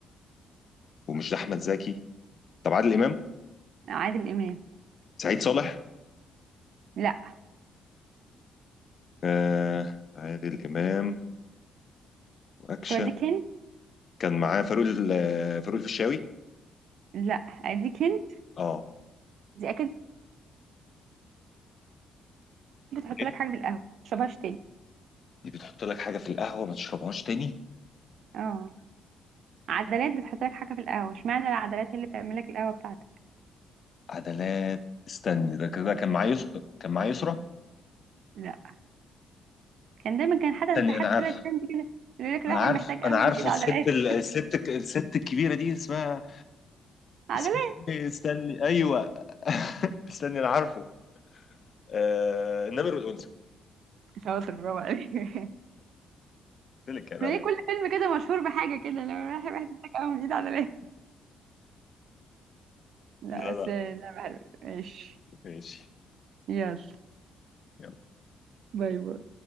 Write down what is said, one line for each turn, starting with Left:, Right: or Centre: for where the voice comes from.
Left: ومش احمد زكي طب عادل امام
Right: عادل امام
Left: سعيد صالح
Right: لا
Left: آه عادل امام واكشن
Right: طب اديك هنت
Left: كان معاه فاروق ال- فاروق الفيشاوي
Right: لا اديك هنت
Left: اه
Right: دي اكيد بتحط
Left: إيه؟
Right: لك حاجه في القهوه متشربهاش تاني
Left: دي بتحط لك حاجه في القهوه ما تشربهاش تاني
Right: اه عدلات بتحط لك حاجه في القهوه اشمعنى العدلات هي اللي بتعمل لك القهوه بتاعتك
Left: عدلات استني ده كده كان معاه يس... كان معاه يسرا
Right: لا كان دايما كان حد
Left: استني
Right: حد
Left: انا عارف
Right: طلع ترند كده يقول لك الواحد
Left: انا عارف
Right: محتاج قهوه
Left: انا عارفه
Right: من ايد عدلات
Left: الست ال- الست الست الكبيره دي اسمها
Right: <laughs> عدلات
Left: اسمه إيه؟ استني ايوه <laughs> استني انا عارفه آه... النمر والانثى
Right: شاطر برافو عليك <laughs>
Left: قلت لك كلام
Right: ما
Left: عليه
Right: هي كل فيلم كده مشهور بحاجه كده لو الواحد محتاج قهوه من ايد عدلات لا
Left: لا
Right: بس
Left: لا
Right: لا بعرف. ماشي
Left: ماشي
Right: يلا
Left: يلا
Right: باي باي